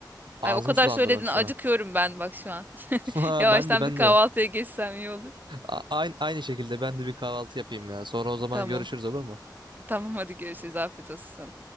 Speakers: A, on the right; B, on the right.
A: ağzım
B: Ay o kadar
A: sulandı
B: söyledin
A: bak
B: acıkıyorum
A: şu an.
B: ben bak şu an.
A: <laughs>
B: <laughs> Yavaştan
A: Ben de ben
B: bir kahvaltıya
A: de.
B: geçsem iyi olur.
A: A- aynı, aynı şekilde ben de bir kahvaltı yapayım ya. Sonra o zaman
B: Tamam.
A: görüşürüz olur mu?
B: Tamam hadi görüşürüz. Afiyet olsun sana.